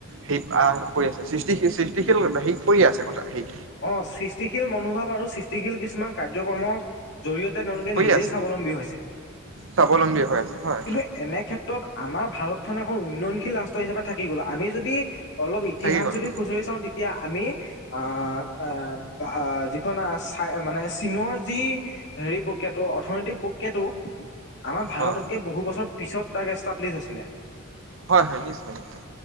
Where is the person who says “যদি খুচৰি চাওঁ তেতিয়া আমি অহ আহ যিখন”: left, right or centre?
Left